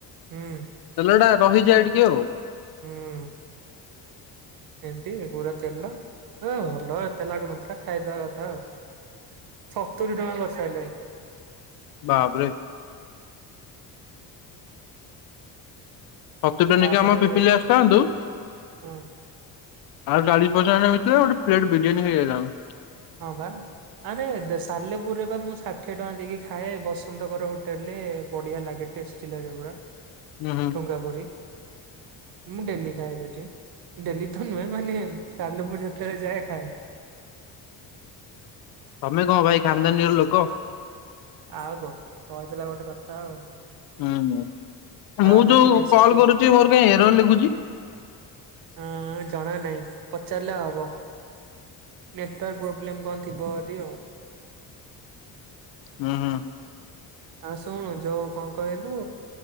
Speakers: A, on the right (about 60°); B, on the left (about 65°).
A: ହୁଁ
B: ତେଲ ଟା ରହିଯାଏ ଟିକେ ଆଉ।
A: ହୁଁ ହୁଁ। ଏମତି ପୁରା ତେଲ ଭଲ ଏତେ ଲାଗୁନଥିଲା ଖାଇଦବା କଥା ଆଉ। ସତୁରୀ ଟଙ୍କା କରିସାରିଲେଣି।
B: ବାବରେ। ସତୁରି ଟଙ୍କା
A: ତାପରେ
B: ନେଇକି ଆମ ପିପିଲି ଅସିଥାନ୍ତୁ।
A: ହଁ
B: ଆଉ ଚାଳିଶ ପଚାଶ ଟଙ୍କା ଭିତରେ ଗୋଟେ ପ୍ଲେଟ ବିରିୟାନୀ ଖାଇଲେନାନି।
A: ହଁ ବା ଆରେ ସାଲେପୁର ବା ମୁଁ ଷାଠିଏ ଟଙ୍କା ଦେଇକି ଖାଏ ବସନ୍ତଙ୍କର ହୋଟେଲ ରେ ବଢିଆ ଲାଗେ ଟେଷ୍ଟି ଲାଗେ ପୁରା।
B: ହୁଁ ହୁଁ
A: ତୁଙ୍ଗାପୁରୀ। ମୁଁ ଡେଲି ଖାଏ ସେଠି ଡେଲି ତ ନୁହେଁ ମାନେ ସାଲେପୁରୁ ଯେତେବେଳେ ଯାଏ ଖାଏ।
B: ତମେ କଣ ଭାଇ ଖାନଦାନିର ଲୋକ?
A: ଆଉ କହୁ କହିଥିଲା ଗୋଟେ କଥା ଆଉ।
B: ହୁଁ ହୁଁ
A: ତାପରେ
B: ମୁଁ ଯୋଉ
A: ସେଠି
B: କଲ କରୁଛି ମୋର କାଇଁ ଏରର ଲେଖୁଛି?
A: ହ ଜଣା ନାହିଁ ପଚାରିଲେ ହବ। ନେଟୱାର୍କ ପ୍ରୋବ୍ଲେମ କଣ ଥିବ ଅଦି ଆଉ।
B: ହୁଁ ହୁଁ।
A: ଆଉ ଶୁଣୁ ଯୋଉ କଣ କହିଲୁ